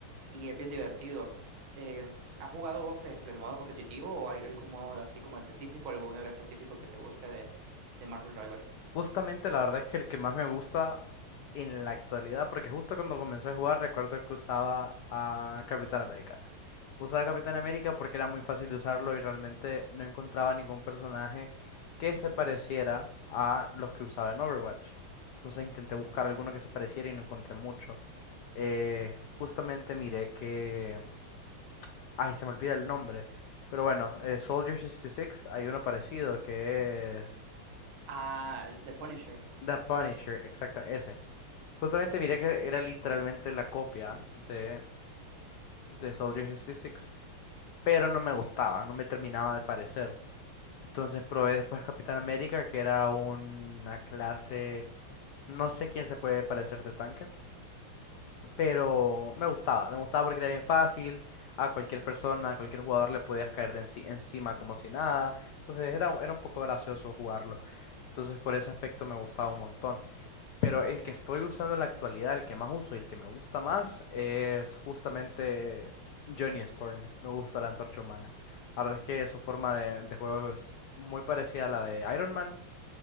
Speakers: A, on the right; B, on the left.
A: y es bien divertido. Eh, ¿has jugado vos, por ejemplo, el modo competitivo o al- algún modo así como específico, algún héroe específico que te guste de, de Marvel Rivals?
B: Justamente la verdad es que el que más me gusta en la actualidad, porque justo cuando comencé a jugar recuerdo que usaba a Capitán América. Usaba Capitán América porque era muy fácil de usarlo y realmente no encontraba ningún personaje que se pareciera a los que usaba en Overwatch. Entonces intenté buscar alguno que se pareciera y no encontré mucho. eh, justamente miré que... mm, Ay, se me olvida el nombre. Pero bueno, eh, Soldier 66, hay uno parecido que es
A: Ah, The Punisher.
B: The Punisher, exacto, ese. Justamente miré que era literalmente la copia de, de Soldier 66, pero no me gustaba, no me terminaba de parecer. Entonces probé después Capitán América, que era una clase... No sé quién se puede parecer de tanque pero me gustaba, me gustaba porque era bien fácil, a cualquier persona, a cualquier jugador le podías caer de enci- encima como si nada, entonces era, era un poco gracioso jugarlo, entonces por ese aspecto me gustaba un montón, pero el que estoy usando en la actualidad, el que más uso y el que me gusta más es justamente Johnny Storm, me gusta la Antorcha Humana, la verdad es que su forma de, de juego es muy parecida a la de Iron Man,